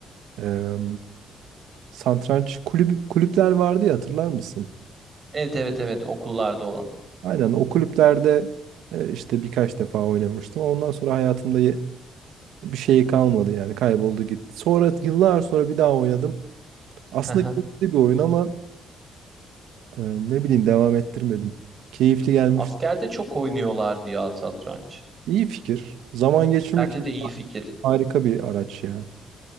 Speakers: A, on the right; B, on the right.
A: Eee satranç kulüp, kulüpler vardı ya hatırlar mısın?
B: Evet evet evet okullarda olan.
A: Aynen o kulüplerde e, işte birkaç defa oynamıştım. Ondan sonra hayatımda ye- bir şey kalmadı yani kayboldu gitti. Sonra yıllar sonra bir daha oynadım. Aslında
B: Hı hı.
A: keyifli bir oyun ama e, ne bileyim devam ettirmedim. Keyifli gelmişti.
B: Askerde çok oynuyorlardı ya satranç.
A: İyi fikir. Zaman geçirmek
B: Bence
A: için
B: de iyi fikir.
A: harika bir araç ya.